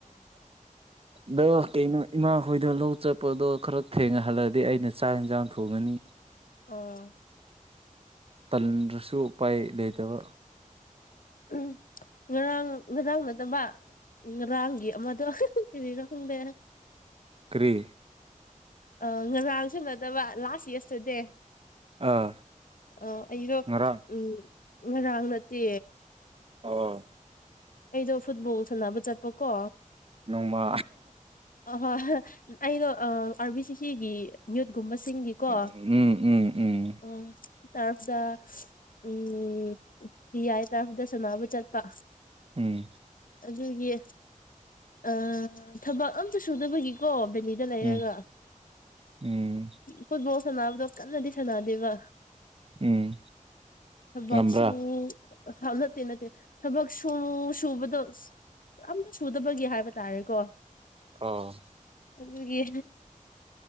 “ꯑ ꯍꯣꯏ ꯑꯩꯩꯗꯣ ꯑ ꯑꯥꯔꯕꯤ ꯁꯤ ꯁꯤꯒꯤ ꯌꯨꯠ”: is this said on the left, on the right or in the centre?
Left